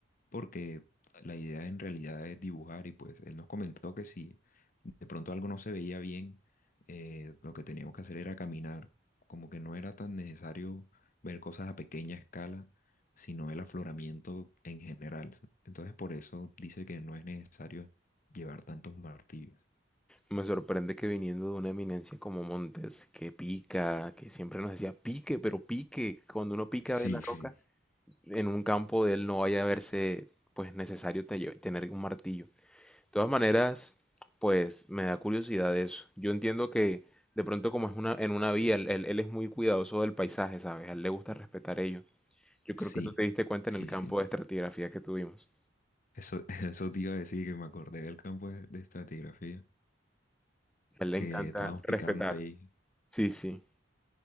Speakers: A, on the left; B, in the centre.
A: Porque la idea en realidad es dibujar y pues él nos comentó que sí de pronto algo no se veía bien, eh, lo que teníamos que hacer era caminar, como que no era tan necesario ver cosas a pequeña escala, sino el afloramiento en general. Entonces por eso dice que no es necesario llevar tantos martillos.
B: Me sorprende que viniendo de una eminencia como Montes, que pica, que siempre nos decía pique, pero pique, cuando uno pica
A: Sí,
B: ve la roca
A: sí,
B: en un campo de él no vaya a verse pues necesario te- lle- tener un martillo. De todas maneras, pues me da curiosidad eso. Yo entiendo que de pronto como es una, en una vía, él, él- él es muy cuidadoso del paisaje, ¿sabes? A él le gusta respetar ello. Yo creo
A: sí,
B: que tú te diste cuenta
A: sí,
B: en el campo
A: sí.
B: de estratigrafía que tuvimos.
A: Eso, <laughs> eso te iba a decir que me acordé del campo de, de estratigrafía,
B: A él le
A: que
B: encanta
A: estábamos
B: respetar.
A: picando ahí,
B: Sí, sí.